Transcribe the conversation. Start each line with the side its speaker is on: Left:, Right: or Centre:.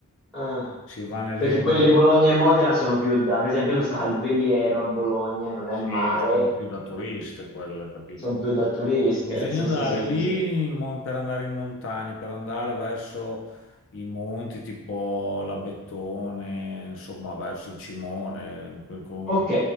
Centre: ah,
Left: Si va nelle,
Centre: perché quelle
Left: nelle...
Centre: Bologna e Modena sono più da... Per esempio io sono stato al Veliero a Bologna, e non
Left: Sì,
Centre: è male,
Left: sono più da turiste quelle, capito?
Centre: sono più da turiste.
Left: Bisogna
Centre: Sì,
Left: andare
Centre: sì, sì, sì,
Left: lì
Centre: sì.
Left: in mon- per andare in montagna, per andare verso i monti tipo la Bettone, insomma verso il Cimone, que- con-
Centre: Ok,